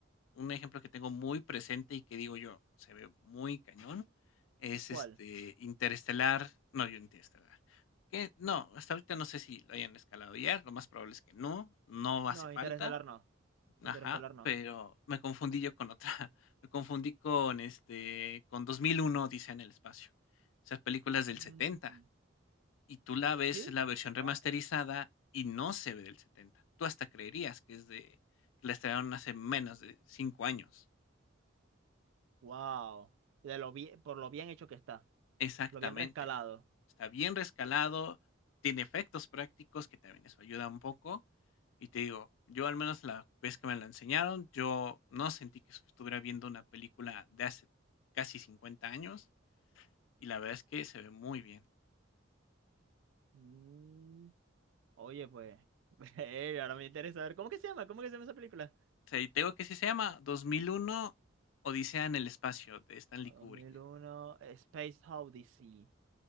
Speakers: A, on the left; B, on the right.
A: un ejemplo que tengo muy presente y que digo yo, se ve muy cañón, es
B: ¿cuál?
A: este Interestelar, no, yo Interestelar. Que no, hasta ahorita no sé si lo hayan escalado ya, lo más probable es que no, no hace
B: No,
A: falta
B: Interestelar no. Interestelar
A: Ajá,
B: no.
A: pero me confundí yo con otra. <laughs> Me confundí con, este, con 2001 dice en el espacio. Esas películas del
B: Ujú.
A: 70. Y tú la ves
B: ¿Sí?
A: la versión remasterizada
B: Wow.
A: y no se ve del 70. Tú hasta creerías que es de que la estrenaron hace menos de 5 años.
B: Wow. De lo bien, por lo bien hecho que está.
A: Exactamente.
B: Lo bien rescalado.
A: Está bien rescalado, tiene efectos prácticos, que también eso ayuda un poco. Y te digo, yo al menos la vez que me la enseñaron, yo no sentí que estuviera viendo una película de hace casi 50 años y la verdad es que se ve muy bien.
B: Mm, Oye, pues. <laughs> eh, ahora me interesa ver. ¿Cómo que se llama? ¿Cómo que se llama esa película?
A: O sea, y te digo que sí se llama 2001 Odisea en el espacio de Stanley
B: dos
A: Kubrick.
B: mil uno Space Odyssey.